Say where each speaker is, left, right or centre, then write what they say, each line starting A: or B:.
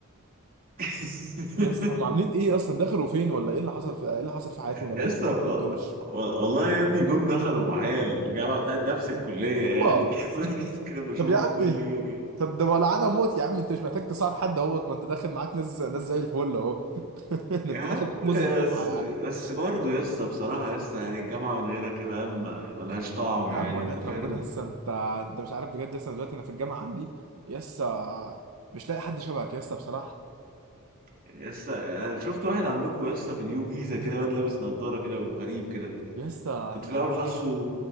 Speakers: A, on the right; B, on the right.
A: <laughs>
B: يا اسطى هم عاملين ايه اصلا دخلوا فين ولا ايه اللي حصل في ايه اللي حصل في حياتهم انا
A: يا
B: بقيت
A: اسطى
B: كتير أوي
A: و-
B: ما كلمتهمش
A: و- والله يا ابني جم دخلوا معايا الجامعه بتاعت نفس الكليه
B: اوبا
A: يعني <laughs> فاكر كده بشوفهم
B: طب يا عمي
A: كل يوم يعني
B: طب ده ولعانه موت يا عم انت مش محتاج تصاحب حد اهوت ما انت داخل معاك ناس ناس زي الفل اهو <laughs> ده
A: يا
B: انت
A: عم
B: داخل معاك موز الدفعه
A: بس
B: يا
A: بس
B: عم
A: برضه يا اسطى بصراحه يا اسطى يعني الجامعه من غيرك يا فاهم ما- ملهاش طعم
B: يا
A: يعني
B: عم وحياة
A: انت فاهم
B: ربنا لسه انت انت مش عارف بجد لسه دلوقتي انا في الجامعه عندي لسه مش لاقي حد شبهك لسه بصراحه
A: يا اسطى أنا شفت واحد عندكم يا اسطى في نيو جيزه كده واد لابس نضاره كده وغريب كده
B: لسه
A: كنت
B: احنا
A: في الاول
B: عندنا
A: حاسه